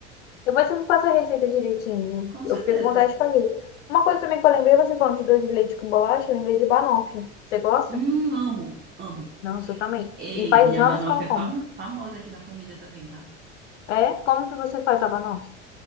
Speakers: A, on the left; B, on the right.
A: Depois você me passa a receita direitinho.
B: Com
A: Eu
B: certeza.
A: fiquei com vontade de fazer. Uma coisa também que eu lembrei, você falando de doce de leite com bolacha, eu lembrei de banoffee. Você gosta?
B: Hum, amo, amo.
A: Não, eu também.
B: Ei,
A: E faz
B: a minha
A: anos
B: banoffee
A: que eu não
B: é fam-
A: como.
B: famosa aqui na família também, tá?
A: É? Como que você faz a banoffee?